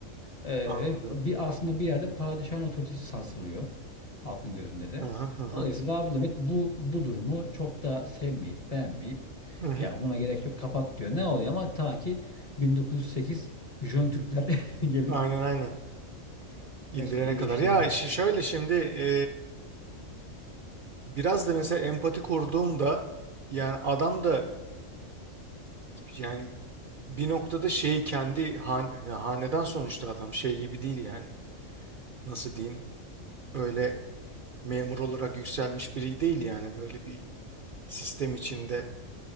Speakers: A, on the left; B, on the right.
A: Ee,
B: Anladım.
A: ve bir aslında bir yerde padişahın otoritesi sarsılıyor halkın gözünde de.
B: Hı hı hı hı.
A: Dolayısıyla Abdülhamit bu bu durumu çok da sevmeyip beğenmeyip
B: Hı hı.
A: ya buna gerek yok kapat diyor. Ne oluyor ama ta ki 1908 Jön Türkler <laughs> gelip
B: Aynen aynen. İndirene
A: meseleyi
B: kadar.
A: değiştirene
B: Ya
A: kadar.
B: işi şöyle şimdi e, biraz da mesela empati kurduğumda yani adam da yani bir noktada şeyi kendi han ya hanedan sonuçta adam şey gibi değil yani. Nasıl diyeyim? Öyle memur olarak yükselmiş biri değil yani böyle bir sistem içinde.